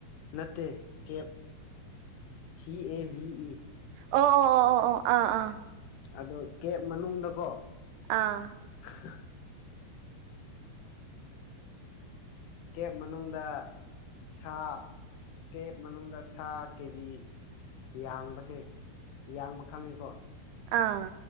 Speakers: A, on the left; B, on the right.
A: ꯅꯠꯇꯦ ꯀꯦꯞ ꯁꯤ ꯑꯦ ꯚꯤ ꯏ
B: ꯑꯣ ꯑꯣ ꯑꯣ ꯑꯣ ꯑꯣ ꯑꯥ ꯑꯥ
A: ꯑꯗꯣ ꯀꯦꯕ ꯃꯅꯨꯡꯗꯀꯣ
B: ꯑꯥ
A: <unintelligible> ꯀꯦꯞ ꯃꯅꯨꯡꯗ ꯁꯥ ꯀꯦꯞ ꯃꯅꯨꯡꯗ ꯁꯥ ꯀꯦꯖꯤ ꯌꯥꯡꯕꯁꯦ ꯌꯥꯡꯕ ꯈꯪꯉꯤꯀꯣ
B: ꯑꯥ